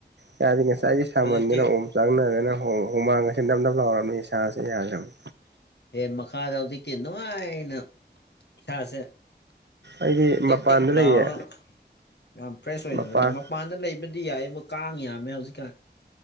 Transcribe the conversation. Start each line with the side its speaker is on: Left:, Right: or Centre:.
Right: ꯌꯥ ꯉꯁꯥꯏ ꯉꯥꯏꯒꯤ ꯁꯥꯃꯟꯗꯅ
Left: ꯍꯧꯖꯤꯛꯇꯤ
Right: ꯑꯣꯝ ꯆꯥꯡꯅꯗꯅ ꯍꯨꯃꯥꯡꯒꯁ ꯇꯞ ꯇꯞ ꯂꯥꯎꯔꯕꯅꯤ ꯁꯥꯥꯁꯦ ꯌꯥꯈ꯭ꯔꯕꯅꯤ
Left: ꯑꯦ ꯃꯈ ꯃꯈꯥꯗ ꯍꯧꯗꯤ ꯀ ꯅꯣ ꯏꯅ ꯏꯥꯁꯦ
Right: ꯑꯩꯗꯤ ꯃꯄꯥꯟꯗ
Left: ꯇꯦꯛ ꯇꯦꯛ
Right: ꯂꯩꯌꯦ
Left: ꯂꯥꯔ ꯌꯥꯝ ꯐ꯭ꯔꯦꯁ ꯑꯣꯏꯅ
Right: ꯃꯄꯥꯟ
Left: ꯂꯩꯔ ꯃꯄꯥꯟꯗ ꯂꯩꯕꯗꯤ ꯌꯥꯏꯌꯦꯕꯨ ꯀꯥꯡ ꯌꯥꯝꯃꯦ ꯍꯧꯖꯤꯛꯀꯥꯟ